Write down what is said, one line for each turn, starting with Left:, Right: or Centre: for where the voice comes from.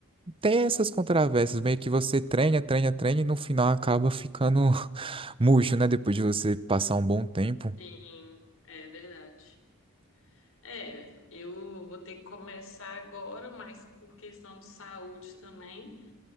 Right: tem essas controvérsias, meio que você treina, treina, treina e no final acaba ficando <laughs> murcho, né? Depois de você passar um bom tempo.
Left: Sim, é verdade. É, eu vou ter que começar agora, mas por questão de saúde também.